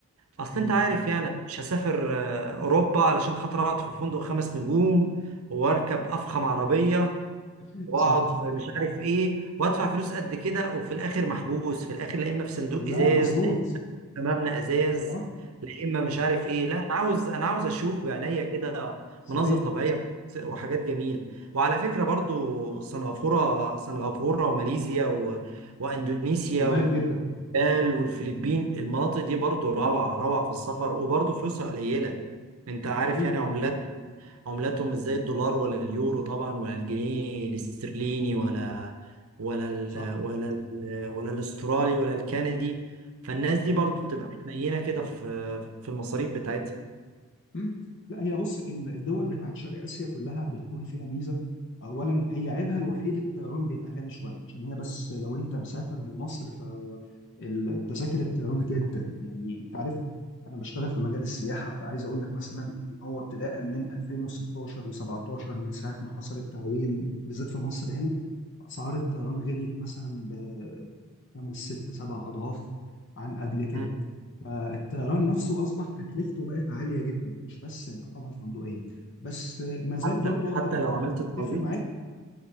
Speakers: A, on the right; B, on the left.
A: اصل
B: مم.
A: انت عارف يعني أنا مش هسافر آه، اوروبا علشان خاطر اقعد في فندق خمس نجوم واركب افخم عربيه
B: <laughs>
A: واقعد
B: صح
A: في مش عارف ايه وادفع فلوس قد كده وفي الاخر محبوس في الاخر لا اما في صندوق
B: لا
A: ازاز
B: مظبوط
A: مبنى ازاز
B: صح
A: لا اما مش عارف ايه لا انا عاوز انا عاوز اشوف بعينيا كده
B: صحيح
A: مناظر طبيعيه وحاجات جميل وعلى فكره برضو سنغافوره سنغافوره وماليزيا و... واندونيسيا
B: جمال
A: وبال
B: جدا
A: والفلبين المناطق دي برضو روعه روعه في السفر وبرضو فلوسها قليله انت عارف
B: صحيح
A: يعني عملات عملاتهم مش زي الدولار ولا اليورو طبعا ولا الجنيه الاسترليني ولا ولا ال
B: صح
A: ولا ال ولا الاسترالي ولا الكندي فالناس
B: صحيح
A: دي برضو بتبقى حنينه كده في في المصاريف بتاعتها
B: مم. لا هي بص ال- الدول بتاعت شرق اسيا كلها بتكون فيها ميزه اولا هي عيبها الوحيد الطيران بيبقى غالي شويه عشان هي بس لو انت مسافر من مصر ف ال- تذاكر الطيران جدا يعني انت عارف انا بشتغل في مجال السياحه فعايز اقول لك مثلا ان هو ابتداء من 2016 و17 من ساعه ما حصل التعويم بالذات في مصر هنا اسعار الطيران غليت مثلا بخمس ست سبع اضعاف عن قبل كده
A: مم.
B: فالطيران نفسه اصبح تكلفته بقت عاليه جدا مش بس الاقامه الفندقيه بس ما زال
A: حتى
B: برضو اقدر
A: حتى
B: اقول
A: لو
B: انا
A: عملت
B: اتفق
A: ترانزيت
B: معاك